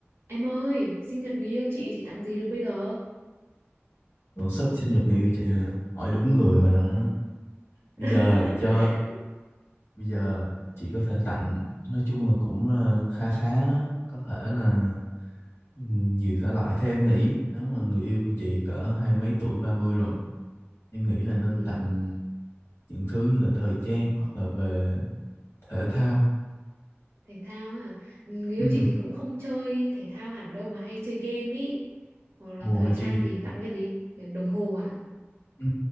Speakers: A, on the right; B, on the left.
A: Em ơi, sinh nhật người yêu chị chị tặng gì được bây giờ?
B: Ủa, sắp sinh nhật người yêu chị rồi nè. hỏi đúng người rồi đó bây
A: <laughs>
B: giờ cho bây giờ chị có thể tặng nói chung là cũng ờ, kha khá đó có thể là ừ, nhiều thể loại theo em nghĩ nếu mà người yêu của chị cỡ hai mươi mấy tuổi 30 rồi em nghĩ là nên
A: ừ,
B: tặng những thứ như là thời trang hoặc là về thể thao
A: thể thao à? Ừ, Người yêu
B: ừ
A: chị thì cũng không chơi thể thao hẳn đâu mà hay chơi game ý. Hoặc là
B: ồ
A: thời
B: hay
A: trang
B: chơi game
A: thì tặng cái gì? Đồng hồ à?
B: ừ,